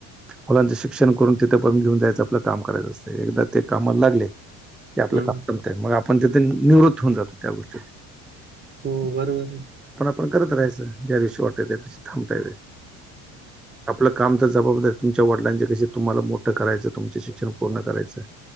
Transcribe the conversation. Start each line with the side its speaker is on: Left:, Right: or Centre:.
Centre: मुलांचं शिक्षण करून तिथं पर्यत घेऊन जायचं आपलं काम कराय असतंय एकदा ते कामाला लागले ते आपलं
Right: हं.
Centre: काम संत मग आपण तिथे निवृत्त होऊन जातो त्या गोष्टीत
Right: हो बरोबरे.
Centre: आपण करत राहायचं ज्या दिवशी वाटतय त्या दिवशी थांबता येते. आपलं कामच जबाबदारी तुमच्या वडिलांच्या कशी तुम्हाला मोठं करायचं तुमच शिक्षण पूर्ण करायचं